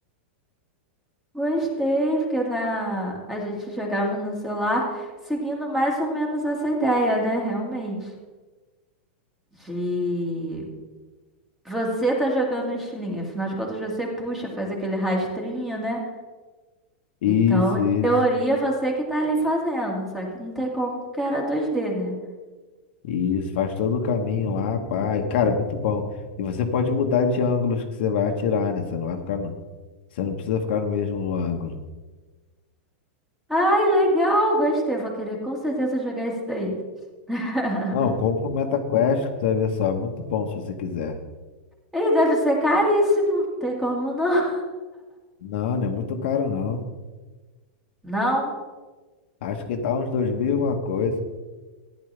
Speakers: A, in the centre; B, on the left.
A: gostei, porque na... a gente jogava no celular seguindo mais ou menos essa ideia, né? Realmente. De você tá jogando estilingue, afinal de contas você puxa, faz aquele rastrinho, né?
B: Isso,
A: Então, em
B: isso.
A: teoria, você que tá ali fazendo, só que não tem como porque era 2D, né?
B: Isso. Faz todo o caminho lá, pai. Cara, muito bom. E você pode mudar de ângulos que você vai atirar, né? Você não vai ficar no... Você não precisa ficar no mesmo ângulo.
A: Ai, legal, gostei. Vou querer com certeza jogar esse daí. <laughs>
B: Não, compra o MetaQuest, que você vai ver só. Muito bom se você quiser.
A: Ele deve ser caríssimo, tem como não?
B: Não, não é muito caro, não.
A: <laughs> Não?
B: Acho que tá uns dois mil e alguma coisa.